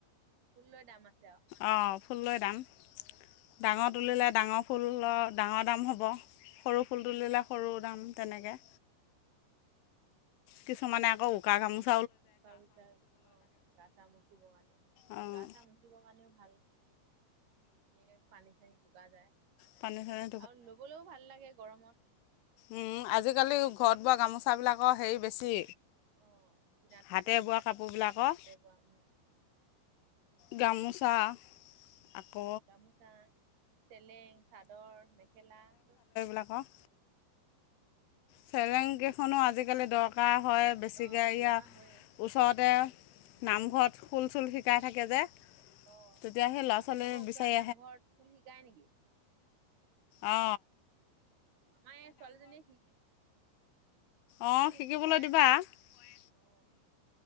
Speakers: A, on the right; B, on the left.
A: ফুল লৈ ডামা আ
B: অ ফুল লৈ যাম ডাঙৰ তুলিলে ডাঙৰ ফুল ফুলৰ ডাঙৰ
A: অ',
B: দাম হ'ব সৰু ফুল তুলিলে সৰু দাম তেনেকে। কিছুমানে আকৌ উকা গামোচা
A: উকা উইচা অ গা চা মুচিবৰ কাৰণে সেয়া
B: অঁ
A: গা চা মুচিবৰ কাৰণেও ভাল। ধুনীয়াকে পানী চানি টুকা যায়
B: পানী চানী
A: আৰু লবলৈও ভাল লাগে গৰমত
B: উম আজিকালি ঘৰত বোৱা গামোচা বিলাকৰ হেৰি বেছি
A: আহ কিনাত
B: হাতে
A: থাকি
B: বোৱা কাপোৰবিলাকৰ
A: হাতে বোৱা উম
B: গামোচা আকৌ
A: উম গামোচা, চেলেং চাদৰ, মেখেলা চব
B: তাক চেলেংকেইখনো আজি কালি দৰকাৰ হয় বেছিকৈ
A: অ দৰকাৰ
B: ইয়াৰ
A: হয়ে
B: ওচৰতে নামঘৰত খোল চুল শিকাই
A: অ
B: থাকে যে
A: অ আপোনালোকৰ
B: তেতিয়া সেই ল'ৰা ছোৱালী
A: ওচৰত
B: বিচাৰি
A: নামঘৰত ফুল শিকায় নেকি?
B: অ
A: অ আমাৰ ছোৱালী জনি শিকি
B: অ
A: শিকো
B: শিকিবলৈ
A: কৈ
B: দিবা
A: আছে
B: সেই।
A: অ